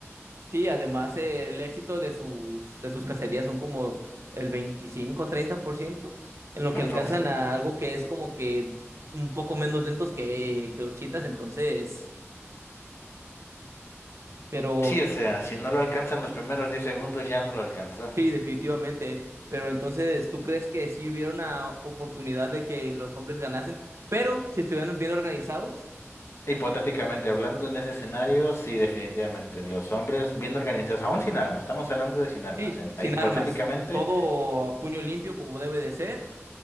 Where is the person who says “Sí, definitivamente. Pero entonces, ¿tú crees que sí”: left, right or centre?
Right